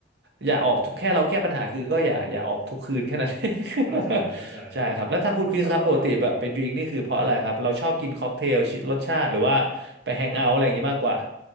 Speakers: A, on the right; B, on the right.
A: อย่าออกทุกแค่เราแค่ปัญหาคือก็อย่าอย่าออกทุกคืนแค่นั้น <laughs> เอง
B: เข้าใจเข้าใจ
A: <laughs> ใช่ครับแล้วทางคุณคริสครับปกติแบบไปดื่มนี่คือเพราะอะไรครับเราชอบกินค็อกเทลรสชาติหรือว่าไปแฮงเอาท์อะไรอย่างนี้มากกว่า
B: แล้วแล้วแล้วเออ